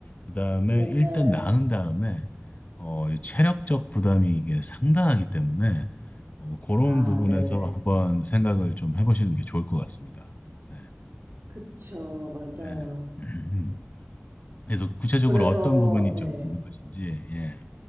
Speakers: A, on the left; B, on the right.
A: 그다음에
B: 네.
A: 일단 낳은 다음에 어, 이 체력적 부담이 이게 상당하기 때문에 어, 그런
B: 아,
A: 부분에서
B: 네네.
A: 한번 생각을 좀 해보시는 게 좋을 것 같습니다. 네.
B: 그쵸, 맞아요.
A: 네. <clears throat> 그래서 구체적으로
B: 그래서,
A: 어떤 부분이
B: 네.
A: 좀 궁금하신지, 예.